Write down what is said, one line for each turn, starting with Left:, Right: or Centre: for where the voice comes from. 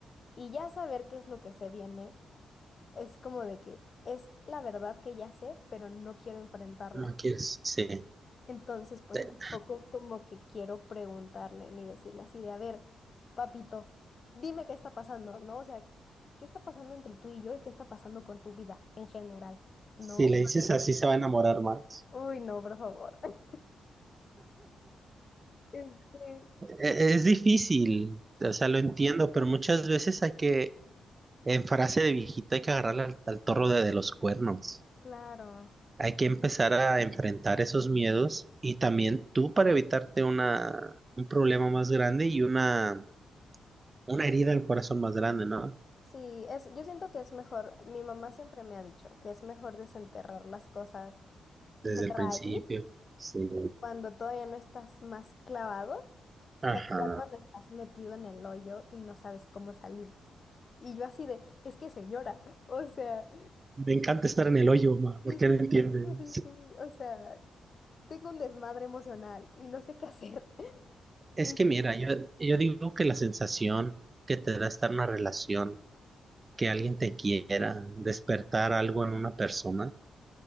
Left: y ya saber qué es lo que se viene es como de que es la verdad que ya sé, pero no quiero enfrentarla.
Right: no quieres. Sí.
Left: Entonces, pues
Right: Sí.
Left: tampoco es como que quiero preguntarle ni decirle así de, a ver, papito, dime qué está pasando, ¿no? O sea, ¿qué está pasando entre tú y yo y qué está pasando con tu vida en general? ¿No?
Right: Si le dices
Left: Porque,
Right: así, se va a enamorar más.
Left: uy, no, por favor. <laughs> Este,
Right: E- Es difícil, o
Left: sí,
Right: sea, lo entiendo, pero muchas veces hay que, en frase de viejita, hay que agarrar al, al toro de, de los cuernos.
Left: claro.
Right: Hay que empezar a enfrentar esos miedos y también tú para evitarte una, un problema más grande y una, una herida al corazón más grande, ¿no?
Left: Sí, es, yo siento que es mejor, mi mamá siempre me ha dicho que es mejor desenterrar las cosas
Right: Desde
Left: de
Right: el
Left: raíz
Right: principio. Sí.
Left: cuando todavía no estás más clavado que
Right: Ajá.
Left: al final cuando estás metido en el hoyo y no sabes cómo salir. Y yo así de, es que señora, <laughs> o sea,
Right: Me encanta estar en el hoyo, ma, porque
Left: sí, sí,
Right: no entiendes.
Left: sí, sí, sí, sí, o sea, tengo un desmadre emocional y no sé qué hacer. <laughs>
Right: Es
Left: Y-
Right: que mira, yo, yo digo que la sensación que te da estar en una relación que alguien te quiera, despertar algo en una persona,